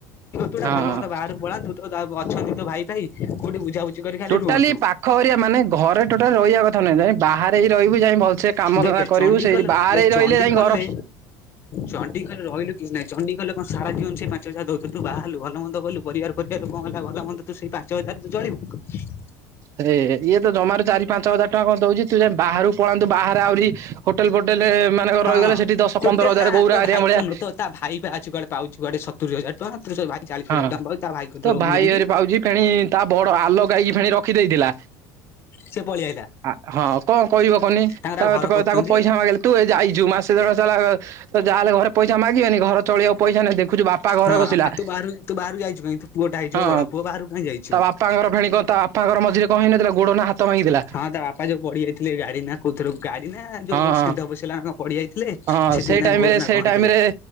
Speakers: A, on the right; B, on the left.
A: ହଁ।
B: ତୁଟା ଭଲ ମନ୍ଦ ବାହାରୁକୁ ପଳାନ୍ତୁ ତ ଯା ଅଛନ୍ତି ତ ଭାଇ ଫାଇ କୋଉଠି ବୁଝାବୁଝି କରିକି ଖାଲି
A: ଟୋଟାଲି
B: ରୁଅନ୍ତୁ।
A: ପାଖ ଏରିଆ ମାନେ ଘରେ ଟୋଟାଲି ରହିବା କଥା ନୁହେଁ ଯାଇ ବାହାରେ ହି ରହିବୁ ଯାଇ ଭଲସେ କାମ
B: ଦେଖେ
A: ଧନ୍ଦା କରିବୁ
B: ଚଣ୍ଡିଖୋଲରୁ
A: ସେଇ ବାହାରେ
B: ଦେ ଚଣ୍ଡିଖୋଲରେ
A: ରହିଲେ ଯାଇ ଘର
B: ଚଣ୍ଡିଖଲରେ ରହିଲୁ କିଛି ନାଇ ଚଣ୍ଡୀଖୋଲ କଣ ସାରା ଜିବନ ସେଇ ପାଞ୍ଚ ହଜାର ଦଉଥିବେ ତୁ ବାହାହେଲୁ ଭଲ ମନ୍ଦ କଲୁ ପରିବାର ପରିବାର କଁ ହେଲା ଭଲ ମନ୍ଦ ତୁ ସେଇ ପାଞ୍ଚ ହଜାର ତୁ ଚଳିବୁ।
A: ହେ ଇଏ ତ ଜମାରୁ ଚାରି ପାଞ୍ଚ ହଜାର ଟଙ୍କା କଣ ଦଉଛି ତୁ ଯାଇ ବାହାରୁକୁ ପଳାନ୍ତୁ ବାହାରେ ଆହୁରି ହୋଟେଲ ଫୋଟେଲ
B: ହଁ
A: ରହିଗଲେ ସେଠି ଦଶ,
B: ହୋଟେଲ
A: ପନ୍ଦର ହଜାର
B: ନା
A: ଗୌରା
B: ତୋ
A: ହେରିକାଙ୍କ
B: ଭାଇ
A: ଭଳିଆ
B: ତ ତ ତା ଭାଇ ପା ଅଛି କୁଆଡେ ପାଉଛି କୁଆଡେ ସତୁରି ହଜାର ଟଙ୍କା ତ ସେ ଭାଇ ଚାଳିଶ ହଜାର
A: ହଁ
B: ଟଙ୍କା ପାଉଛି ତା ଭାଇ କତିରେ
A: ତୋ
B: ରହୁନି
A: ଭାଇ
B: ଯାଇକି
A: ଘରେ ପାଉଛି ଫେଣି ତା ବଡ ଆଲୋକ ଭାଇକି ଫେଣି ରଖିଦେଇଥିଲା।
B: ସେ ପଳେଇ ଆଇଲା
A: ଆଁ ହଁ କଣ କହିବ କହନି
B: ତାଙ୍କର
A: ତା
B: ଆଉ ଘର କରୁଛନ୍ତି
A: ତାକୁ ପଇସା ମାଗିଲେ ତୁ ଏ ଯାଇଚୁ ମାସେ ଦେଢ଼ ମାସେ ହେଲା ତ ଯାହା ହେଲେ ଘରେ ପଇସା ମାଗିବେନି ଘର ତୁ ଚଳିଆକୁ ପଇସା ନାହିଁ ଦେଖୁଛୁ ବାପା ଘରେ
B: ହଁ
A: ବସିଲା
B: ଆଉ ତୁ ବାହାରୁ ତୁ ବାହାରକୁ ଯାଇଛୁ କାଇଁ? ପୁଅଟା ହେଇଚୁ
A: ହଁ
B: ପା ବଡ ପୁଅ ବାହାରକୁ କାଇଁ ଯାଇଛୁ,
A: ତା ବାପାଙ୍କର ଫେଣି କଣ ତା ବାପାଙ୍କର ମଝିରେ କଣ ହେଇନଥିଲା ଗୋଡ ନା ହାତ ଭାଙ୍ଗିଥିଲା
B: ହଁ ତା ବା ବାପା ଯୋଉ ପଡି ଯାଇଥିଲେ ଗାଡି ନା କୋଉଥିର ଗାଡି ନା ଯୋଉ
A: ହଁ
B: କଣ ଷେଣ୍ଢ ପଶିଗଲା ପଡିଯାଇଥିଲେ।
A: ହଁ
B: ସେଥିପାଇଁ
A: ସେଇ
B: ତାଙ୍କ
A: ଟାଇମ
B: ଗୋଡ
A: ରେ
B: ନା
A: ସେ
B: କଣ
A: ଟାଇମ
B: ହେଇଥିଲା
A: ରେ